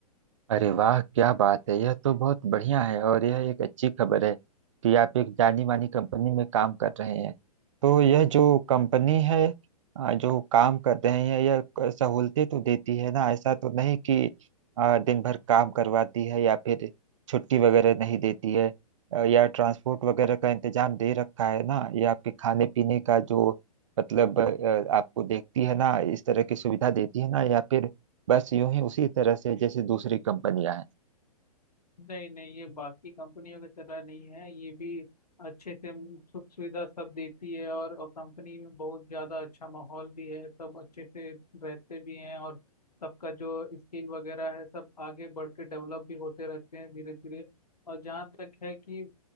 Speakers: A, on the right (about 50°); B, on the left (about 75°).
A: अरे वाह क्या बात है यह तो बहुत बढ़िया है और यह एक अच्छी खबर है कि आप एक जानी मानी कंपनी में काम कर रहे हैं तो यह जो कंपनी है अ, जो काम कर रहे हैं यह क- सहूलतें तो देती है ना ऐसा तो नहीं कि अ, दिन भर काम करवाती है या फिर छुट्टी वगैरह नहीं देती है अ, या ट्रांसपोर्ट वगैरह का इंतजाम दे रखा है ना ये आपके खाने पीने का जो मतलब अ, आपको देखती है ना इस तरह की सुविधा देती है ना या फिर बस यूं ही उसी तरह से जैसे दूसरी कंपनियां हैं
B: नहीं नहीं ये बाकी कंपनियों की तरह नहीं है ये भी अच्छे से हम सुख सुविधा सब देती है और, और कंपनी में बहुत ज्यादा अच्छा माहौल भी है सब अच्छे से रहते भी हैं और सबका जो स्किल वगैरह है सब आगे बढ़ के डेवलप भी होते रहते हैं धीरे धीरे और जहाँ तक है कि